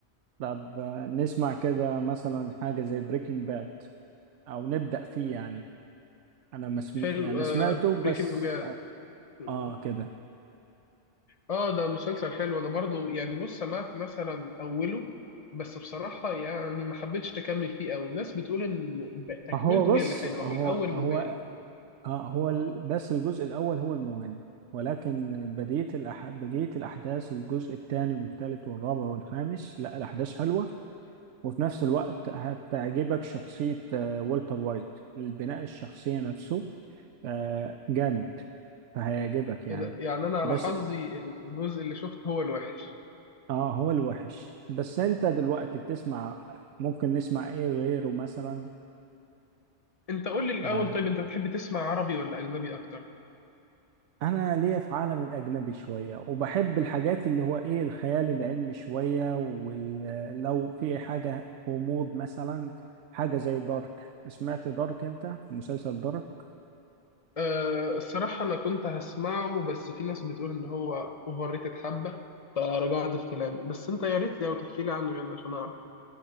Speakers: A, on the right; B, on the left.
A: طب آه، نسمع كده مثلا حاجة زي بريكنج باد او نبدأ فيه يعني انا ما سم...
B: حلو
A: يعني
B: آه
A: سمعته بس
B: بريكنج باد
A: اه
B: آه
A: آه، كده
B: آه، ده مسلسل حلو أنا برضو يعني بص سمعت مثلا أوله بس بصراحة يعني ما حبيتش أكمل فيه أوي الناس بتقول إن تكملته
A: هو بص
B: هي اللي حلوة
A: هو
B: والأول
A: هو
B: ممل
A: آه هو ال- بس الجزء الاول هو المهم ولكن بديت الأح... بديت الاحداث الجزء الثاني والثالث والرابع والخامس لا الاحداث حلوة وفي نفس الوقت هتعجبك شخصية آه، والتر وايت البناء الشخصية نفسه آه، جامد فهيعجبك يعني
B: إيه ده؟ يعني أنا على
A: بس
B: حظي الجزء اللي شفته هو الوحش
A: اه هو الوحش بس انت دلوقتي بتسمع ممكن نسمع ايه غيره مثلا
B: أنت قول لي الأول
A: آه
B: طيب أنت تحب تسمع عربي ولا أجنبي أكتر؟
A: انا ليا في عالم الاجنبي شوية وبحب الحاجات اللي هو ايه الخيال العلمي شوية ولو في حاجة غموض مثلا حاجة زي دارك سمعت دارك انت مسلسل دارك
B: أه الصراحة أنا كنت هسمعه بس في ناس بتقول إن هو أوفر ريتد حبة فرجعت في كلامي بس أنت يا ريت لو تحكي لي عنه يعني عشان أعرف